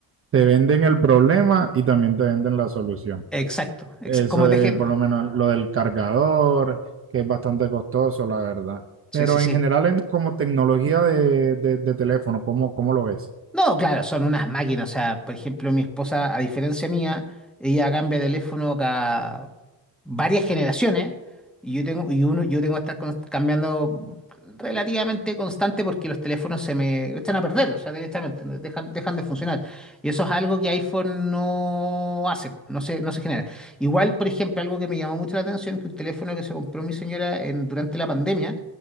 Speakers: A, on the right; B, in the centre.
A: te venden el problema y también te venden la solución.
B: Exacto, exacto.
A: Eso
B: Como
A: de
B: te gen.
A: por lo menos lo del cargador, que es bastante costoso, la verdad.
B: Sí,
A: Pero
B: sí, sí.
A: en general, en- como tecnología de, de, de teléfono, ¿cómo, cómo lo ves?
B: No, claro, son unas máquinas. O sea, por ejemplo, mi esposa, a diferencia mía, ella cambia de teléfono cada varias generaciones. Y yo tengo, y uno, yo tengo que estar con- cambiando relativamente constante porque los teléfonos se me echan a perder, o sea, directamente, no- dejan, dejan de funcionar. Y eso es algo que iPhone no hace, no se, no se genera. Igual, por ejemplo, algo que me llamó mucho la atención, que un teléfono que se compró mi señora en, durante la pandemia,